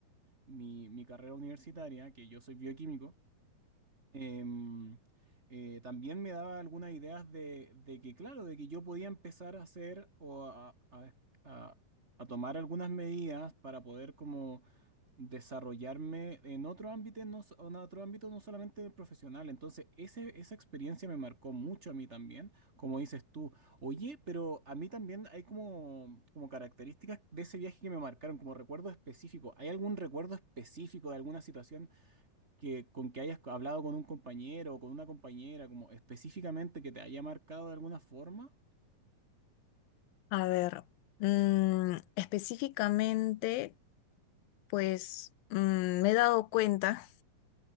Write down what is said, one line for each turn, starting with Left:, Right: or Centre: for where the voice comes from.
Right: mi mi carrera universitaria, que yo soy bioquímico, Em, eh, también me daba algunas ideas de, de que, claro, de que yo podía empezar a hacer o a, a- a- a tomar algunas medidas para poder como desarrollarme en otro ámbito, no, so- en otro ámbito no solamente el profesional. Entonces, ese, esa experiencia me marcó mucho a mí también, como dices tú. Oye, pero a mí también hay como, como características de ese viaje que me marcaron, como recuerdo específico. ¿Hay algún recuerdo específico de alguna situación? que con que hayas hablado con un compañero o con una compañera, como específicamente que te haya marcado de alguna forma?
Left: A ver, mm, específicamente. pues mm, me he dado cuenta